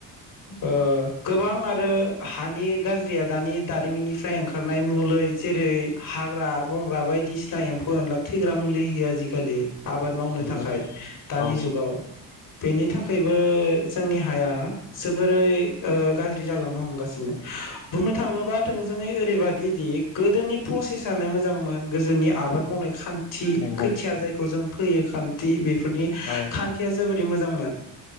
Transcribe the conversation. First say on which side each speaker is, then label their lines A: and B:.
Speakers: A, on the left; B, on the left.
A: ओ गोबां आरो हानि गाज्रिया दानि दारिमिननिफ्राय ओंखारनाय मुलै जेरै हाग्रा बंग्रा बायदिसिना एम्फौ एनला थैग्रा मुलि होयो आजिखालि आबाद मावनो
B: नंगौ
A: थाखाय दानि
B: औ
A: जुगाव बेनि थाखायबो जोंनि हाया जोबोरै गाज्रि जालांनो हमगासिनो बुंनो थाङोबा थोंजोङै ओरैबादिदि गोदोनि प्रसेस आनो मोजांमोन गोजोनि आबाद मावनाय खान्थि
B: नंगौ
A: खोथिया जायखौ जों फैयो खान्थि बेफोरनि
B: औ
A: खान्थिया जोबोरै मोजांमोन